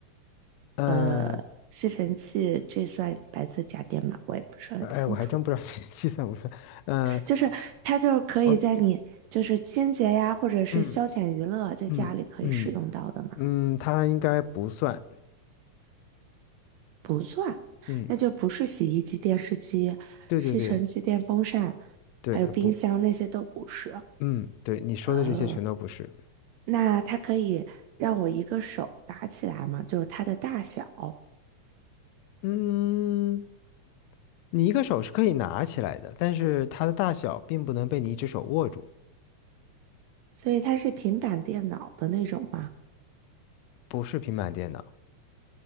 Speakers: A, on the left; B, on the right.
A: 嗯
B: 呃，吸尘器这算白色家电吗？我也不是很清楚。
A: 呃，哎，我还真不知道计计算不算。呃，
B: 就是它就是可以在你就是清洁呀，
A: 我
B: 或者是消遣娱乐，
A: 嗯
B: 在家里可以使用到的嘛？
A: 嗯嗯嗯，它应该不算。
B: 不算，
A: 嗯，
B: 那就不是洗衣机、电视机、
A: 对对对
B: 吸尘机、电风扇，
A: 对，
B: 还有冰箱那些都不是。
A: 不，嗯，对，你说的这些全都不是。
B: 哦，那它可以让我一个手拿起来吗？就是它的大小，
A: 嗯。你一个手是可以拿起来的，但是它的大小并不能被你一只手握住，
B: 所以它是平板电脑的那种吗？
A: 不是平板电脑。